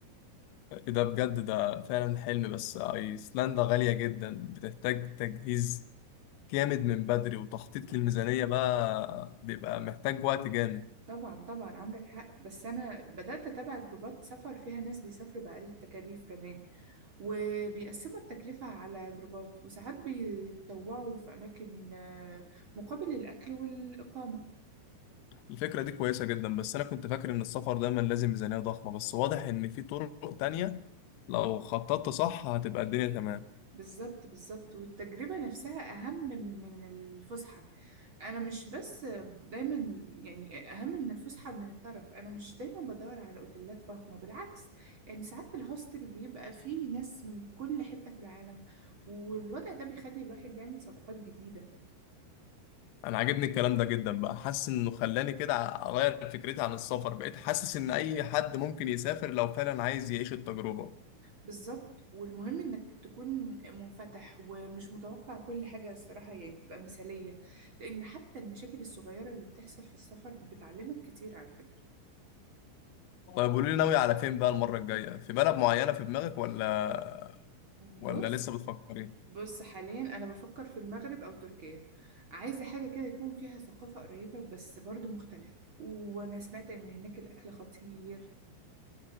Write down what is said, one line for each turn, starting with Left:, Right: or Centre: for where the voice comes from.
Left: ده بجد ده فعلا حلم بس ايسلندا غالية جدا بتحتاج تجهيز جامد من بدري وتخطيط
Right: صح
Left: للميزانية بقى بيبقى محتاج وقت جامد
Right: طبعا طبعا عندك حق بس أنا بدأت أتابع جروبات سفر فيها ناس بيسافروا بأقل التكاليف كمان وبيقسموا التكلفة على جروبات وساعات بيتطوعوا في أماكن آه، مقابل الأكل والإقامة
Left: الفكرة دي كويسة جدا بس أنا كنت فاكر إن السفر دايما لازم ميزانية ضخمة بس واضح إن في طرق تانية لو خططت صح هتبقى الدنيا تمام
Right: بالظبط بالظبط والتجربة نفسها أهم من الفسحة أنا مش بس دايما يعني أهم من الفسحة من الطرف أنا مش دايما بدور على أوتيلات فخمة بالعكس يعني ساعات الهوستل بيبقى فيه ناس من كل حتة في العالم والوضع ده بيخلي الواحد يعمل صداقات جديدة
Left: انا عاجبني الكلام ده جدا بقى حاسس انه خلاني كده اغير فكرتي عن السفر بقيت حاسس ان اي حد ممكن يسافر لو فعلا عايز يعيش التجربة
Right: بالظبط والمهم انك تكون منفتح ومش متوقع كل حاجة الصراحة يعني تبقى مثالية لان حتى المشاكل الصغيرة اللي بتحصل في السفر بتعلمك كتير على فكرة
Left: طيب قولي لي ناوي على فين بقى المرة الجاية في بلد معينة في دماغك ولا
Right: بص
Left: ولا لسه بتفكري
Right: بص حاليا انا بفكر في المغرب او تركيا عايزة حاجة كده يكون فيها ثقافة قريبة بس برضو مختلفة وانا سمعت ان هناك الاكل خطير